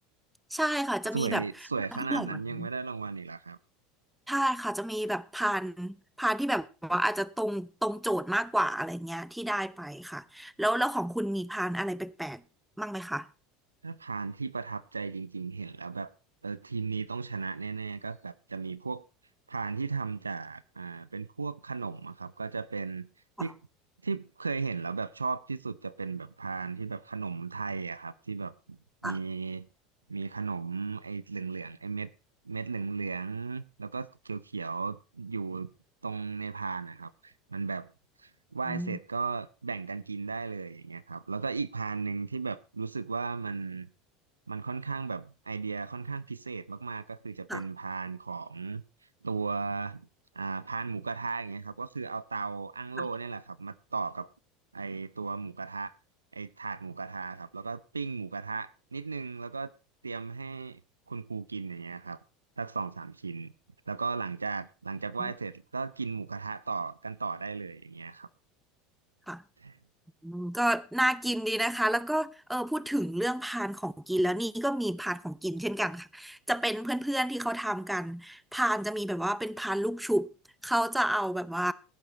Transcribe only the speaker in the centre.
ใช่ค่ะจะมีแบบพานที่ใหญ่กว่านั้น
ใช่ค่ะจะมีแบบพานพานที่แบบว่าอาจจะตรงตรงโจทย์มากกว่าอะไรเงี้ยที่ได้ไปค่ะแล้วแล้วของคุณมีพานอะไรแปลกๆบ้างไหมคะ
ค่ะ
ค่ะ
อืม
ค่ะ
ค่ะ
อืมค่ะ
อืมก็น่ากินดีนะคะแล้วก็เออพูดถึงเรื่องพานของกินแล้วนี่ก็มีพานของกินเช่นกันค่ะจะเป็นเพื่อนๆที่เขาทำกันพานจะมีแบบว่าเป็นพานลูกชุบเขาจะเอาแบบว่า